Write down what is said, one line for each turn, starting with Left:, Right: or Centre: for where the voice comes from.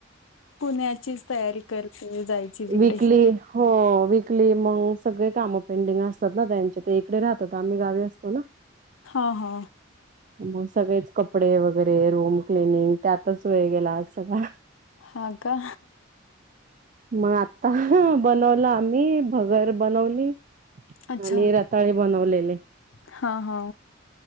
Left: पुण्याचीच तयारी करते, जायची तिकडे
Right: वीकली हो वीकली मग सगळे कामं पेंडिंग असतात ना त्यांचे, ते इकडे राहतात, आम्ही गावी असतो ना?
Left: हा, हा
Right: म सगळेच कपडे वगैरे, रूम क्लिनिंग, त्यातच वेळ गेला आज सगळा.
Left: हा, का?
Right: मग आता बनवला आम्ही, भगर बनवली
Left: अच्छा
Right: आणि रत ताळे बनवलेले
Left: हा, हा